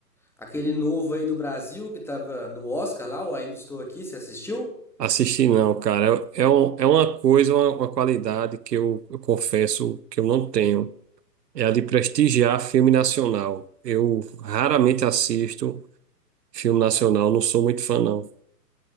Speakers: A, in the centre; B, on the right (about 75°).
A: aquele novo aí do Brasil que tava no Oscar lá, o Ainda Estou Aqui, você assistiu?
B: Assistir não, cara. É, é um- é uma coisa, uma, uma qualidade que eu, eu confesso que eu não tenho. É a de prestigiar filme nacional. Eu raramente assisto filme nacional, não sou muito fã, não.